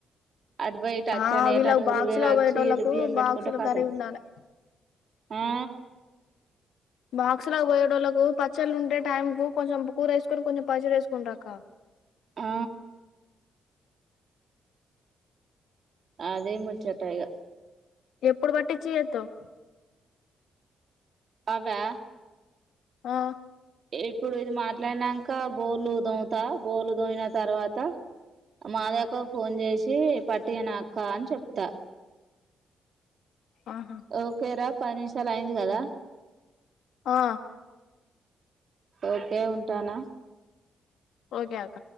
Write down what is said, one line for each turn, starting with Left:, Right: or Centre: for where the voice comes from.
Right: అటు బోయ్ ఇటచ్చన్న
Left: ఆ వీళ్ళకి
Right: ఏటన్న
Left: బాక్స్
Right: ఉరిక్ పేనా
Left: లో పోయేటోళ్ళలకు
Right: ఒచ్చి ఇరు బియ్యం బెట్టుకుంటే
Left: బాక్సుల
Right: కాతం
Left: కర్రీ ఉండాలి
Right: ఆ
Left: బాక్సుల బోయేటోళ్ళలకు పచ్చళ్ళు ఉంటే టైం కు కొంచెం బు కూర యేసుకొని కొంచెం పచ్చడేస్ కుంటక్క
Right: ఆ అదే ముచ్చట ఇగ
Left: ఎప్పుడ్ బట్టిచ్చి ఎత్తవ్
Right: అవా
Left: ఆ
Right: ఇప్పుడు ఇది మాట్లాడ్ నంక బొల్లు దోమ్ తా బోల్లు దోమిన తర్వాత మాధక్కవ్ ఫోన్ జేసి పట్టియినా అక్క అన్ చెప్ తా
Left: ఆహా
Right: ఓకేరా పర్ నిమ్ షాలు అయింది గదా
Left: ఆ
Right: ఓకే ఉంటానా
Left: ఒకే అక్క